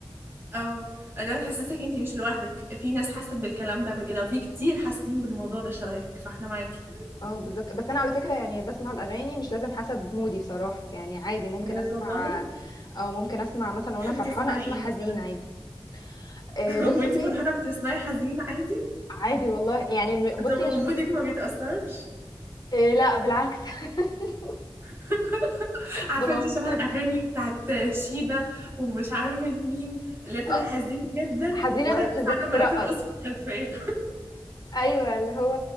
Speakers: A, on the right (about 25°); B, on the left (about 45°).
A: اه لو تحسسك انتي مش لوحدك في ناس حست بالكلام ده قبل كده وفي كتير حاسين بالموضوع ده شبهك فاحنا معاكي
B: اه بالظبط بس انا على فكرة يعني بسمع الاغاني مش لازم حسب مودي بصراحة يعني عادي ممكن
A: بجد
B: اسمع
A: والله
B: او ممكن اسمع مثلا وانا
A: بتحبي
B: فرحانة
A: تسمعي
B: اسمع
A: ايه
B: حزين
A: مثلا
B: عادي آه،
A: <laughs>
B: بصي
A: وانتي فرحانه بتسمعي حزين عادي
B: عادي والله يعني م- بصي
A: طب ومودك
B: مش مرت...
A: ما بيتأثرش
B: آه، لا بالعكس <laughs>
A: <laughs> عارفه
B: ببقى
A: انتي
B: مبسوطة
A: شبه اغاني بتاعت شيبة ومش عارفه مين اللي بتبقى
B: آه،
A: حزين جدا
B: حزينة
A: والرقاصه
B: بس بترقص
A: عماله ترقص في الخلفيه
B: ايوه اللي هو